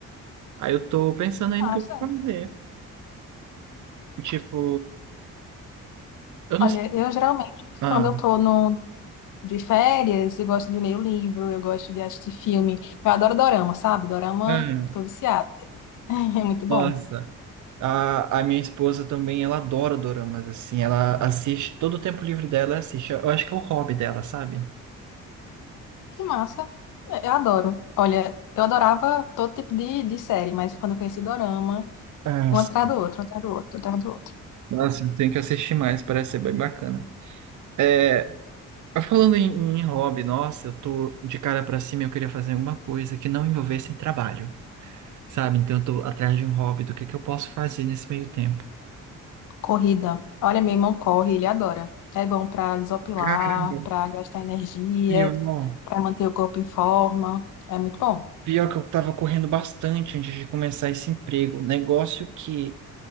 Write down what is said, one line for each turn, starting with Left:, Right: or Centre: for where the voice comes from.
Right: Aí eu tô pensando ainda
Left: Nossa.
Right: o que eu vou fazer. Tipo, eu não
Left: Olha,
Right: sei.
Left: eu geralmente,
Right: Ah,
Left: quando eu tô no, de férias, eu gosto de ler o livro, eu gosto de assistir filme. Eu adoro dorama, sabe? Dorama,
Right: ah,
Left: tô viciada. <laughs> É muito bom.
Right: nossa. A, a minha esposa também, ela adora doramas, assim. Ela assiste, todo o tempo livre dela ela assiste. Eu acho que é o hobby dela, sabe?
Left: Que massa. É, Eu adoro. Olha, eu adorava todo tipo de, de série, mas quando eu conheci Dorama,
Right: Ah,
Left: um
Right: sim.
Left: atrás do outro, um atrás do outro, um atrás do outro.
Right: Nossa, eu tenho que assistir mais, parece ser bem bacana. É, falando em, em hobby, nossa, eu tô de cara pra cima, e eu queria fazer alguma coisa que não envolvesse trabalho. sabe? Então eu tô atrás de um hobby, do que que eu posso fazer nesse meio tempo.
Left: Corrida. Olha, meu irmão corre, ele adora. É bom pra desopilar,
Right: Caramba.
Left: pra gastar energia,
Right: Pior, ó,
Left: pra manter o corpo em forma. É muito bom.
Right: pior que eu tava correndo bastante antes de começar esse emprego. Negócio que,